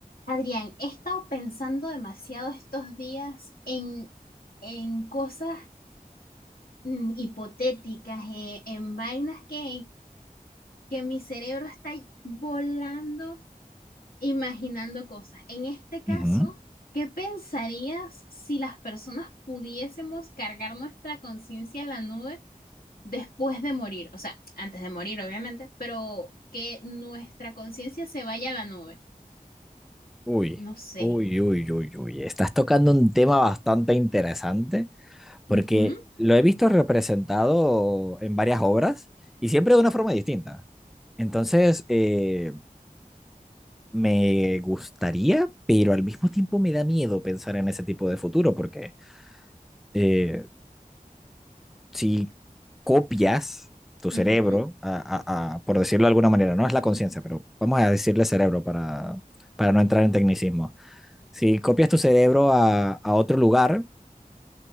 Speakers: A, on the left (about 80°); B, in the centre.
A: Adrián, he estado pensando demasiado estos días en, en cosas mm, hipotéticas, eh, en vainas que, que mi cerebro está ahí volando, imaginando cosas. En este caso,
B: Ujú.
A: ¿qué pensarías si las personas pudiésemos cargar nuestra conciencia en la nube después de morir? O sea, antes de morir, obviamente, pero que nuestra conciencia se vaya a la nube.
B: Uy,
A: No sé.
B: uy, uy, uy, uy. Estás tocando un tema bastante interesante porque
A: Ujú,
B: lo he visto representado en varias obras y siempre de una forma distinta. Entonces, eh, me gustaría, pero al mismo tiempo me da miedo pensar en ese tipo de futuro porque eh, si copias tu cerebro,
A: ujú.
B: a- a- a- por decirlo de alguna manera, no es la conciencia, pero vamos a decirle cerebro para, para no entrar en tecnicismo. Si copias tu cerebro a, a otro lugar,